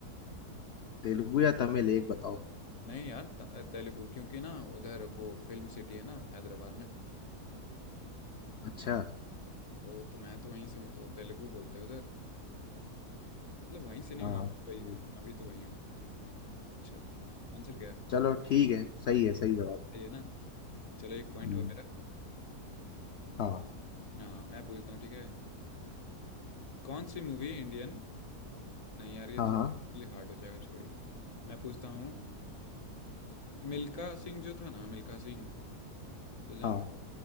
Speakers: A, on the left; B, on the left.
A: तेलुगु या तमिल एक बताओ
B: नहीं यार त- तेलुगु क्योंकि ना उधर वो फिल्म सिटी है ना हैदराबाद में
A: अच्छा
B: तो वो तो मैं तो वहीं से हूँ तो तेलुगु बोलते हैं उधर मतलब वहीं से नहीं
A: हाँ
B: हूँ अभी वही
A: वो-
B: तो अभी तो वही हूँ चलो आंसर क्या है
A: चलो ठीक है सही है सही जवाब है
B: सही है ना चलो एक पॉइंट
A: हम्म,
B: हुआ मेरा
A: हाँ
B: ना मैं पूछता हूँ ठीक है कौन सी मूवी इंडियन नहीं यार ये
A: हाँ हाँ
B: थोड़ा लिए हार्ड हो जाएगा छोड़िए मैं पूछता हूँ मिल्खा सिंह जो था ना मिल्खा सिंह तो जानते
A: हाँ
B: हो